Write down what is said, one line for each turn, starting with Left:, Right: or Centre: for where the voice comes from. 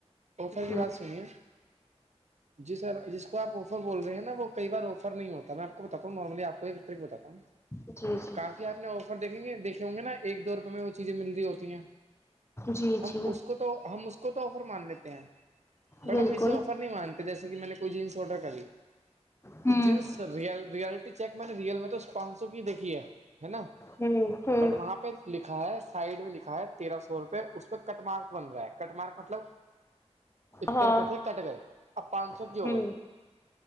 Right: آفر کی
Left: جی
Right: بات سنیے جی سر جس کو آپ آفر بول رہے نا وہ کئی بار آفر ہوتا ہے میں آپ کو بتا ہوں نارملی آپ کو ایکٹر میں بتا ہوں
Left: جی جی
Right: کافی آپ نے آفر دیکھیں گے دیکھے ہوں گے نا ایک دو روپئے میں ہو چیزیں مل رہی ہوتی ہیں
Left: جی
Right: ہم
Left: جی
Right: اس کو تو ہم اس کو تو آفر مان لیتے ہیں بٹ
Left: بالکل
Right: ہم اسے آفر نہیں مانتے جیسے کہ میں نے جینس آڈر کری
Left: ہوں
Right: وہ جینس ریئل ریئل چیک میں نے ریئل میں تو پانچ سو کی دیکھی ہے ہے نا
Left: ہوں ہوں
Right: بٹ وہاں پہ لکھا ہے سائڈ میں لکھا ہے تیرہ سو روپئے اس پہ کٹ مارک بن رہا ہے کٹ مارک مطلب اتے
Left: ہاں
Right: روپئے تھے کٹ گئے اب پانچ سو
Left: ہوں
Right: کی ہو گئی